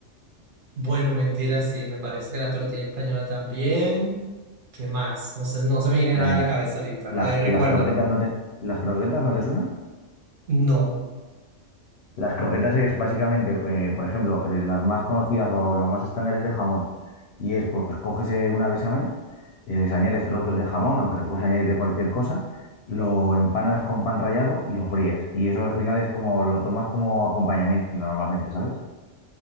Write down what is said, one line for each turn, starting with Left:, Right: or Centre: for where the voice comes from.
Right: Bueno, mentira, sí, me parece que la tortilla española también. ¿Qué más? No sé, no se me viene
Left: Eh,
Right: nada a la cabeza ahorita.
Left: las,
Right: A ver, recuérdame.
Left: las croquetas no te, ¿las croquetas no te suenan?
Right: No.
Left: Las croquetas es básicamente, eh, por ejemplo, eh, las más conocidas o lo más estándar es de jamón. Y es, pues, coges eh, una bechamel, eh, les añades trozos de jamón, aunque lo puedes añadir de cualquier cosa, lo empanas con pan rallado y lo fríes. Y eso al final es como, lo tomas como acompañamiento normalmente, ¿sabes?